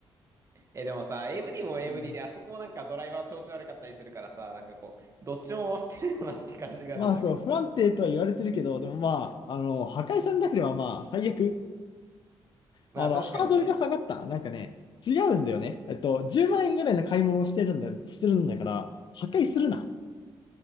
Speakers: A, on the right (about 35°); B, on the left (about 55°).
A: え、でもさ、AMD も AMD
B: うん。
A: で、あそこもなんかドライバー調子悪かったりするからさ、なんかこう、どっちも終わってるよなって感じがあるんだけど。
B: まあそう、不安定とは言われてるけど、でもまあ、あの、破壊されなければまあ、最悪。
A: まあ確かにね。
B: あの、ハードルが下がった。なんかね、違うんだよね。えっと、10万円ぐらいの買い物をしてるんだ、してるんだから、破壊するな。